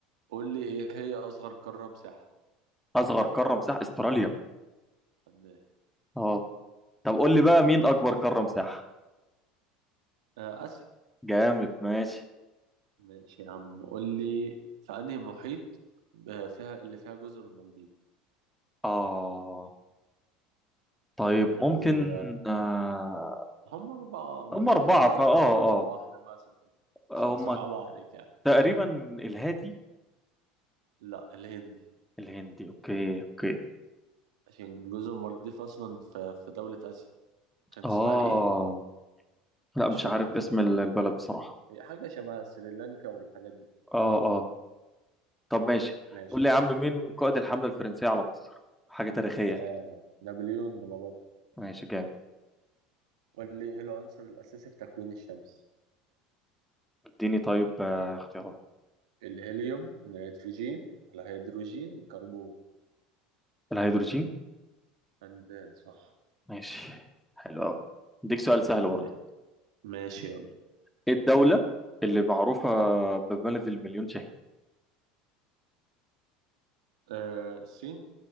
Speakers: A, on the right; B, in the centre.
A: قول لي ايه هي اصغر قاره مساحه
B: اصغر قارة مساحة استراليا
A: فنان.
B: اه طب قول لي بقى مين اكبر قارة مساحة
A: آه، آسيا
B: جامد ماشي
A: ماشي يا عم قول لي في أنهي محيط آه، فيها اللي فيها جزر المالديف
B: اه طيب
A: ال...
B: ممكن آه
A: هم أربع محيطات
B: هم أربعة
A: ثلاث
B: فا اه
A: محيطات وبحر مثلا
B: اه
A: عشان أصعبها
B: هم
A: عليك يعني
B: تقريبا الهادي
A: لا الهندي
B: الهندي اوكي اوكي
A: عشان جزر المالديف أصلا في... في دولة آسيا كان اسمها
B: اه
A: إيه؟
B: لا مش
A: مش فاكر
B: عارف
A: اسمها
B: اسم
A: والله.
B: ال- البلد بصراحة
A: هي حاجة شبه سريلانكا والحاجات دي
B: اه اه طب ماشي
A: ماشي
B: قول لي
A: يا
B: يا
A: عم
B: عم مين قائد الحملة الفرنسية على مصر حاجة تاريخية
A: آه...
B: اهي
A: نابليون بونابرت
B: ماشي جامد
A: قول لي إيه العنصر الأساسي في تكوين الشمس؟
B: اديني طيب آه اختيارات
A: الهيليوم النيتروجين الهيدروجين الكربون
B: الهيدروجين
A: فنان صح
B: ماشي حلو قوي اديك سؤال سهل برضه
A: ما- ماشي يلا
B: ايه الدولة اللي معروفة ببلد المليون شهيد
A: آه الصين